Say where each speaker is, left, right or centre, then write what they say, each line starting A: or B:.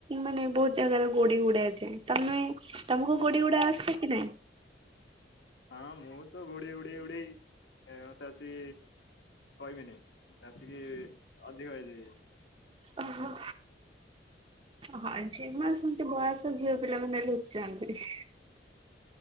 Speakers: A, on the right; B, on the left.
A: ମାନେ ବହୁତ ଜାଗାର ଗୋଡି ଉଡ଼ା ଯାଏ। ତମେ ତମକୁ ଗୋଡି ଓଡା ଆସେ କି ନାଇଁ?
B: ହଁ ମୁଁ ତ ଗୋଡ଼ି ଉଡେଇ ଉଡେଇ ତ ଆସି କହିବିନି ମୋତେ ଆସିକି ଅଧିକ ହେଇଯାଇ
A: ଓହୋ। ହଁ ଝିମା ଶୁଣିଚି ବୟସ ଝିଅ ପିଲା ମାନେ ଲୁଚାନ୍ତି।